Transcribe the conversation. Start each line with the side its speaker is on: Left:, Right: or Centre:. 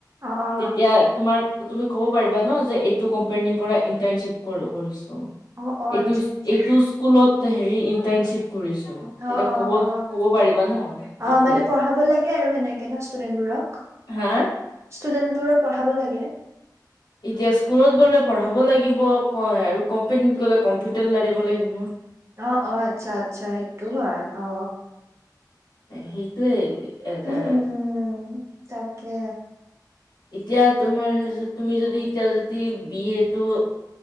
Right: অ অ।
Left: এতিয়া তোমাৰ তুমি ক'ব পাৰিবা ন যে এইটো কোম্পানীৰ পৰা ইন্টাৰ্নশ্বিপ কৰিছো
Right: অ অ
Left: এইটো
Right: আচ্ছা আচ্ছা
Left: এইটো স্কুলত হেৰি ইন্টাৰ্নশ্বিপ কৰিছো তেতিয়া
Right: অ অ
Left: কব
Right: অ
Left: ক'ব পাৰিবা ন সেইটোৱে
Right: অ মানে পঢ়াব লাগে স আৰু সেনেকে ন ষ্টুডেন্ট বোৰক
Left: হা
Right: ষ্টুডেন্টবোৰক পঢ়াব লাগে
Left: এতিয়া স্কুলত গ'লে পঢ়াব লাগিব ক আৰু কোম্পেনীত গ'লে কম্পিউটাৰ লাৰিব লাগিব
Right: অ অ আচ্ছা আচ্ছা সেইটো হয় অ
Left: সেইটোৱেই এটা
Right: উম, উম। তাকে
Left: এতিয়া তোমাৰ তুমি যদি এতিয়া যদি বি এ টো